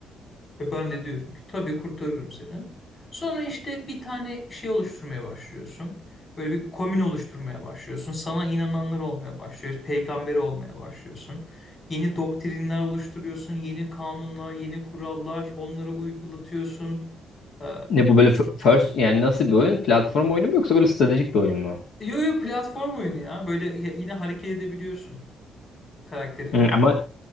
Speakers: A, on the left; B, on the left.
A: Ve ben de diyorum ki tabii kurtarırım seni. Sonra işte bir tane şey oluşturmaya başlıyorsun. Böyle bir komün oluşturmaya başlıyorsun. Sana inananlar olmaya başlıyor. Peygamber olmaya başlıyorsun. Yeni doktrinler oluşturuyorsun. Yeni kanunlar, yeni kurallar. Onları uygulatıyorsun. Ee,
B: Ne bu böyle f- first yani nasıl bir oyun? Platform oyunu mu yoksa böyle stratejik bir oyun mu?
A: yo yo platform oyunu ya. Böyle ya- yine hareket edebiliyorsun karakterinle.
B: Hı, ama